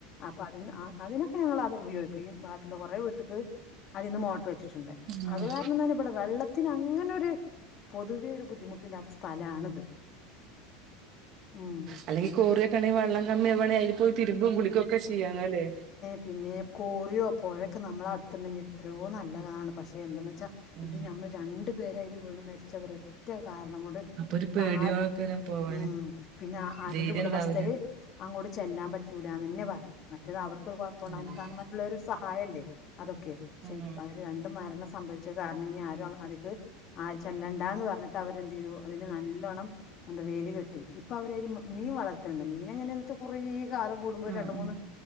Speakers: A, on the left; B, on the right.
A: അപ്പൊ അതിന് ആഹ് അതിന് ഞങ്ങളത് ഉപയോഗിക്കുകയും ബാക്കിയുള്ള കുറെ വീട്ട്ക്ക് അതിന്ന് മോട്ടറ് വെച്ചിട്ടുണ്ട്.
B: ആഹ്
A: അത്
B: ആഹ്
A: കാരണംന്നാല് ഇവടെ വെള്ളത്തിന് അങ്ങനെ ഒര് പൊതുവേ ഒരു ബുദ്ധിമുട്ടില്ലാത്ത സ്ഥലാണിത്. ഉം.
B: അല്ലെങ്കിൽ കോറിയൊക്കെണ്ടെങ്കി വള്ളം കമ്മി ആവാണെ അയ്ൽ പോയി തിരുമ്പും കുളിക്കുവൊക്കെ ചെയ്യാര്ന്നു അല്ലേ?
A: പിന്നേ, കോറിയോ പൊഴയൊക്കെ നമ്മളടുത്തുണ്ടെങ്കിൽ എത്രയോ നല്ലതാണ്. പക്ഷേ എന്തെന്ന് വെച്ചാൽ
B: ഉം
A: ഇത് ഞമ്മൾ രണ്ടു പേരയ്ല് വീണ് മരിച്ച ഒറ്റ കാരണം കൊണ്ട്
B: അപ്പൊ ഒരു
A: ഇപ്പൊ
B: പേടിയോക്കാരം
A: ആര്,
B: പോവാന്
A: ഉം. പിന്നെ അതിന്റെ
B: ധൈര്യം
A: ഉടമസ്ഥര്
B: ഇണ്ടാവൂല
A: അങ്ങോട്ട് ചെല്ലാൻ പറ്റു റ്റൂലാന്ന് തന്നെ പറഞ്ഞു. മറ്റത് അവർക്ക് ഒരു കുഴപ്പുണ്ടായിര്ന്നില്ല
B: ഉം
A: കാരണം മറ്റുള്ളവരു ഒരു സഹായല്ലേ? അതൊക്കെ.
B: ഉം
A: ശൈത്ത്വാന് രണ്ട് മരണം സംഭവിച്ചത് കാരണം ഇഞ്ഞ് ആരും അതിക്ക് ചെല്ലണ്ട എന്ന് പറഞ്ഞിട്ട് ട്ട് അവരെന്ത് ചെയ്തു അതിന് നല്ലോണം എന്ത വേലി കെട്ടി. ഇപ്പൊ അവരയ്ല് മീൻ വളർത്ത്ണ് ണ്ട്. മീനെങ്ങനെയാന്ന് വെച്ചാ കുറേ കാലം കൂടുമ്പോ ഒരു
B: ആഹ്
A: രണ്ട് മൂന്ന്
B: ഉം